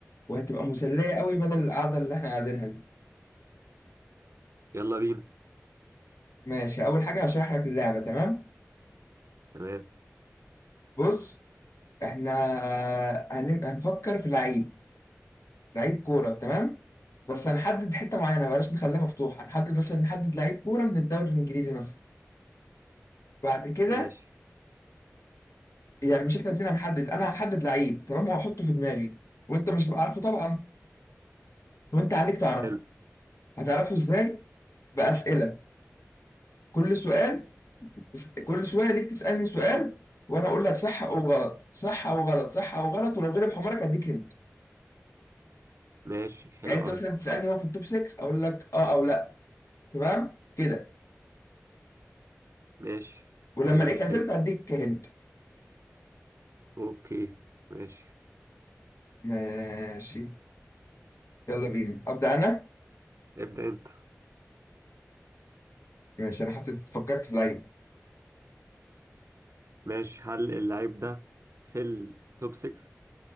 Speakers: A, on the left; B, on the right.
A: وهتبقى مسلية قوي بدل القعدة اللي احنا قاعدينها دي
B: يلا بينا
A: ماشي اول حاجة هشرح لك اللعبة تمام
B: تمام
A: بص احنا هن- هنفكر في لعيب لعيب كوره تمام بس هنحدد حته معينه بلاش نخليها مفتوحه هنحدد مثلا نحدد لعيب كوره من الدوري الانجليزي مثلا بعد كده
B: ماشي
A: يعني مش احنا الاثنين هنحدد انا هحدد لعيب تمام وهحطه في دماغي وانت مش هتبقى عارفه طبعا وانت عليك تعرفه
B: حلو
A: هتعرفه ازاي باسئله كل سؤال كل شويه ليك تسالني سؤال وانا اقول لك صح او غلط صح او غلط صح او غلط ولو غلب حمارك اديك هنت
B: ماشي حلو
A: يعني انت
B: أوي
A: مثلا تسالني هو في التوب 6 اقول لك اه او لا تمام كده
B: ماشي
A: ولما
B: جميل
A: الاقيك
B: فهم
A: قتلت اديك هنت
B: أوكي ماشي
A: ماشي يلا بينا ابدا انا
B: ابدأ أنت
A: ماشي انا حطيت فكرت في لعيب
B: ماشي هل اللعيب ده في التوب 6؟